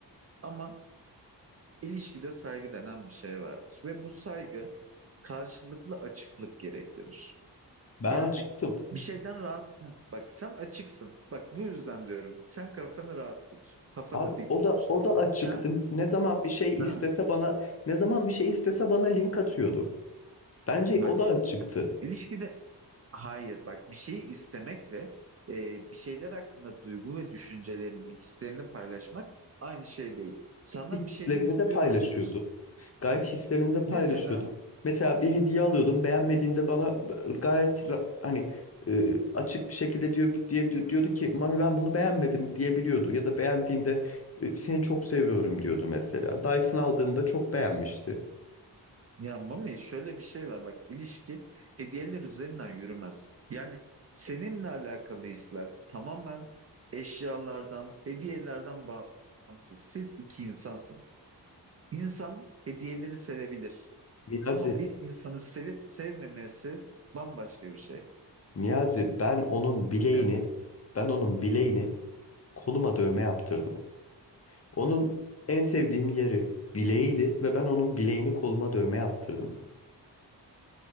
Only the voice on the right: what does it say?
Ama ilişkide saygı denen bir şey vardır. Ve bu saygı karşılıklı açıklık gerektirir.
Yani
bir şeyden rahat. Heh, Bak sen açıksın. Bak bu yüzden diyorum. Sen kafanı rahat tut. Kafanı
dik
tut.
Sen
ha?
Bak
ilişkide hayır bak bir şeyi istemek ve e, bir şeyler hakkında duygu ve düşüncelerini, hislerini paylaşmak aynı şey değil. Senden
bir şeyler istiyor
olabilir.
Mesela
Ya Mami şöyle bir şey var bak ilişki hediyeler üzerinden yürümez. Yani seninle alakalı hisler tamamen eşyalardan, hediyelerden bağımsız. Siz iki insansınız. İnsan hediyeleri sevebilir
ama bir insanı sevip sevmemesi bambaşka bir şey.
Evet